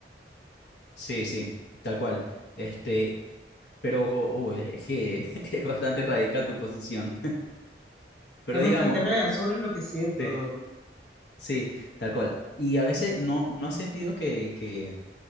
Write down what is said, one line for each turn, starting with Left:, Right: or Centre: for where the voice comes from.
Left: Sí, sí, tal cual. Este, pero uh, es es que <laughs> es bastante radical tu posición. Pero
Centre: Es bastante
Left: digamos,
Centre: real sobre lo que siento,
Left: sí,
Centre: ¿no?
Left: sí, tal cual. Y a veces no, no has sentido que, que